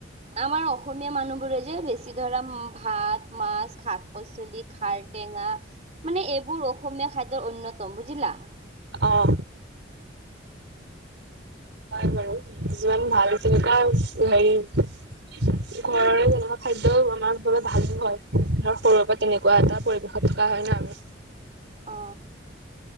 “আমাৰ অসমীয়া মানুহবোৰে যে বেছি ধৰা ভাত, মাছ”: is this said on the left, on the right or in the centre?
Right